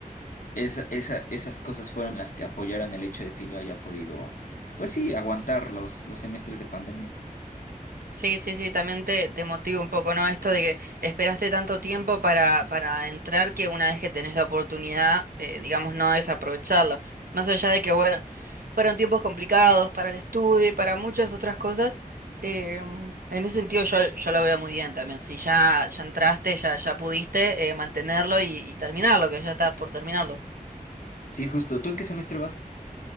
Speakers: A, on the left (about 65°); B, on the right (about 80°).
A: esa, esa- esas cosas fueron las que apoyaron el hecho de que yo haya podido, pues sí, aguantar los, los semestres de pandemia.
B: Sí, sí, sí, también te, te motiva un poco, ¿no? Esto de que esperaste tanto tiempo para, para entrar que una vez que tenés la oportunidad, eh, digamos, no desaprovecharla. Más allá de que, bueno, fueron tiempos complicados para el estudio y para muchas otras cosas, eh, en ese sentido yo, yo lo veo muy bien también. Si ya, ya entraste, ya, ya pudiste eh, mantenerlo y, y terminarlo, que ya estás por terminarlo.
A: Sí, justo. ¿Tú en qué semestre vas?